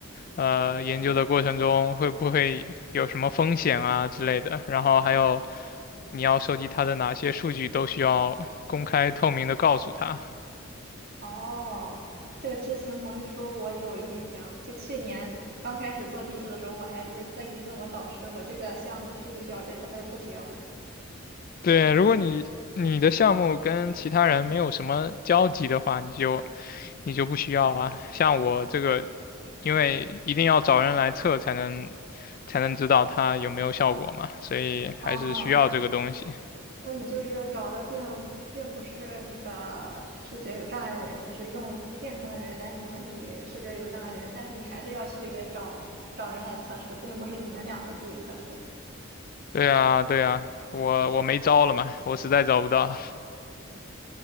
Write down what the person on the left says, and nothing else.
呃研究的过程中会不会有什么风险啊之类的，然后还有你要收集它的哪些数据都需要公开透明的告诉他。
对，如果你你的项目跟其他人没有什么交集的话，你就你就不需要啊。像我这个，因为一定要找人来测才能才能知道它有没有效果嘛，所以还是需要这个东西。
对啊，对啊，我我没招了嘛，我实在找不到。